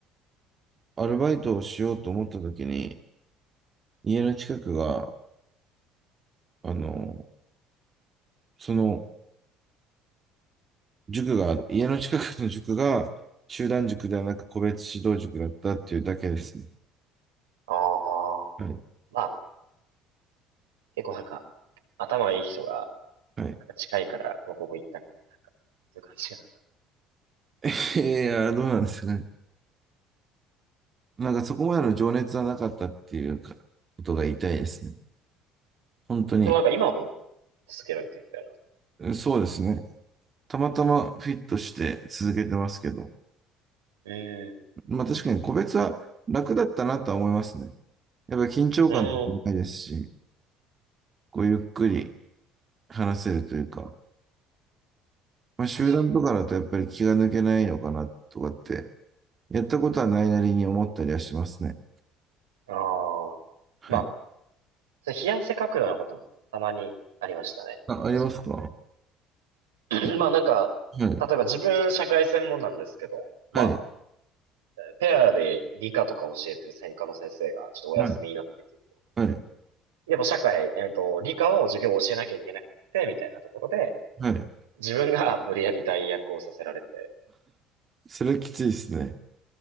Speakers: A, on the right; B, on the right.
A: アルバイトをしようと思った時に、家の近くが、あの、その塾が、家の近くの塾が集団塾ではなく個別指導塾だったっていうだけですね。
B: ああ。
A: はい。
B: まあ、結構なんか、頭いい人が、
A: はい。
B: なんか近いから、この高校行ったみたいな、なんか、そういう感じが。
A: <laughs> いや、どうなんですかね。なんかそこまでの情熱はなかったっていうかことが言いたいですね。本当に。
B: でもなんか今も続けられてるみたいな。
A: そうですね。たまたまフィットして続けてますけど。
B: うん
A: まあ確かに個別は楽だったなとは思いますね。やっぱ緊張感とかもないですし、
B: うん。
A: こうゆっくり話せるというか、まあ、集団とかだとやっぱり気が抜けないのかなとかって、
B: 確か
A: やったことはないなりに思ったりはしますね。
B: にああ。に。
A: はい。
B: まあ、それ冷や汗かくようなこともたまにありましたね、
A: あ、
B: 昔。
A: ありますか
B: <clears throat>
A: え、
B: まあなんか、
A: はい、
B: 例えば自分社会専門なんですけど、まあ、
A: はい、
B: ペアで理科とか教えてる専科の先生がちょっとお休みになってきて、
A: はい、はい、
B: でも社会、えっと、理科を授業を教えなきゃいけなくて、みたいなところで、
A: はい。
B: 自分が無理やり代役をさせられて、
A: それきついですね。